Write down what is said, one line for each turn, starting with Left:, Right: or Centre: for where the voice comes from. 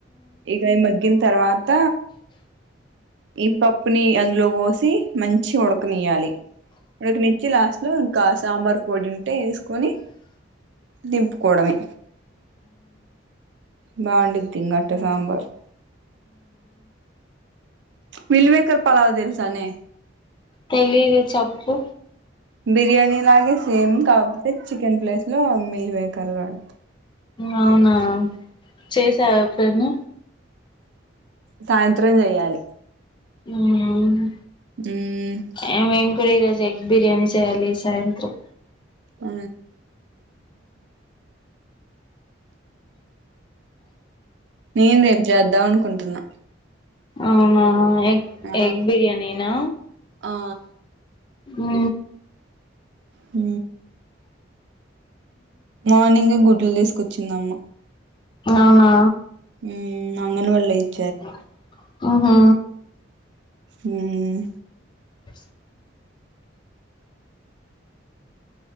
Right: ఇగ అయి మగ్గిన్ తర్వాత ఈ పప్పుని అందులో పోసి మంచి చ్చిగ ఉడకనియాలి ఉడకనిచ్చి లాస్టు లో ఇంకాస్త సాంబార్ పొడి ఉంటే వేసుకొని దింపుకోవడమే బావుండిద్ది ఇంగట్ట సాంబార్ మిల్వేకర్ పలావ్ తెలుసానే
Left: తెలీదు చప్పు
Right: బిర్యానీ లాగే సేమ్ కాకపోతే చికెన్ ప్లేస్ లో మిల్మేకర్ ల అంట
Left: అవునా చేసావ ఎప్పుడైనా
Right: సాయంత్రం చెయాలి
Left: ఊ అవును
Right: మ్మ్
Left: ఏ మేం కూడా ఈ రోజు ఎగ్ బిర్యానీ చేయాలి ఈ సాయంత్రం
Right: ఆ నేను రేపు చేద్దాం అనుకుంటున్నా
Left: అవునా ఎగ్
Right: ఆ
Left: ఎగ్ బిర్యానీనా
Right: ఆ
Left: ఊ
Right: ఊ మార్నింగే గుడ్లు తీసుకొచ్చిందమ్మ
Left: అవునా
Right: ఉమ్ అంగన్ వాడి లో ఇచ్
Left: అ హా
Right: ఊ మ్
Left: బ